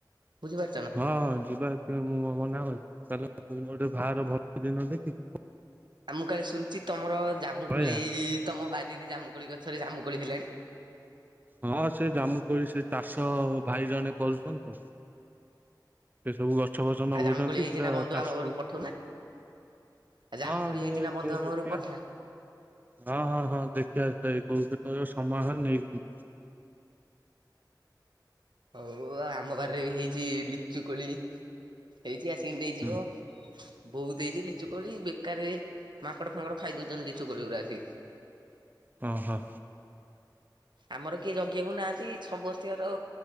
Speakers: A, on the right; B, on the right.
A: ବୁଝିପାରୁ
B: ହଁଁ ଯିବା ମୁଁ କଣ ମନା କରଛି <unintelligible> ଗୋଟେ ବାହାର ଭଲ ଦିନ ଦେଖି
A: ଆ ମୁଁ କାଳେ ଶୁଣିଛି ତମର ଜାମୁକୋଳି
B: ପଳେଇବା।
A: ତମ ବାରିରେ ଜାମୁକୋଳି ଗଛରେ ଜାମୁକୋଳି ହେଲାଣି
B: ହଁ ସେ ଜାମୁ କୋଳି ସେ ଚାଷ ଭାଇ ଜଣେ କରୁଛନ୍ତି ତ। ସେ ସବୁ ଗଛ ଫଛ ନଗଉଛନ୍ତି
A: ଆଉ ଜାମୁକୋଳି ହେଇଛି
B: ପୁରା
A: ନା ବନ୍ଧୁ
B: ଚାଷ
A: ଆମ ଘରକୁ
B: ହଉ
A: ପଠଉନା ଆଉ ଜାମୁକୋଳି
B: ହଁ ମୁଁ
A: ହେଇଛି
B: <unintelligible>
A: ନା ବନ୍ଧୁ ଆମ
B: ଦେଖିଆ।
A: ଘରକୁ ପଠା।
B: ହଁ ହଁ ହଁ ଦେଖିବା ତଥାପି ପୁଅକୁ କେତେବେଳେ ସମୟ ନେଇକି ଜିବି।
A: ହଉ ଆଉ ଆମ ବାରିରେ ହେଇଚି ଲିଚୁ କୋଳି। ହେଇଚି ଆସିକି ନେଇଯିବ।
B: ହୁଁ
A: ବୋହୁତ ହେଇଚି ଲିଚୁ କୋଳି ବେକାରରେ ମାଙ୍କଡ ଫାଙ୍କଡ ଖାଇ ଦଉଛନ୍ତି ଲିଚୁ କୋଳି ଗୁଡା ଆସିକି।
B: ହଁ ହଁ।
A: ଆମର କିଏ ଜଗିବାକୁ ନାହାନ୍ତି ସମସ୍ତଙ୍କର